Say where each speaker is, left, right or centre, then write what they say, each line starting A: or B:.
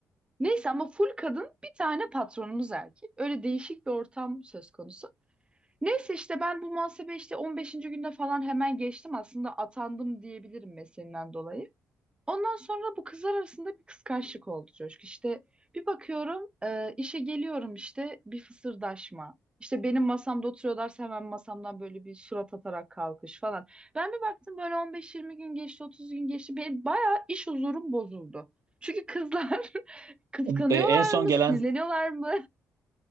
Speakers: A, on the right; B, on the right.
A: Neyse ama full kadın bir tane patronumuz erkek. Öyle değişik bir ortam söz konusu. Neyse işte ben bu muhasebe işte 15. günde falan hemen geçtim. Aslında atandım diyebilirim mesleğimden dolayı. Ondan sonra bu kızlar arasında bir kıskançlık oldu Coşku. İşte bir bakıyorum e, işe geliyorum işte bir fısırdaşma. İşte benim masamda oturuyorlarsa hemen masamdan böyle bir surat atarak kalkış falan. Ben bir baktım böyle 15-20 gün geçti, 30 gün geçti. Benim bayağı iş huzurum bozuldu. Çünkü kızlar <laughs> kıskanıyorlar
B: Um, E, en son
A: mı,
B: gelen
A: sinirleniyorlar mı?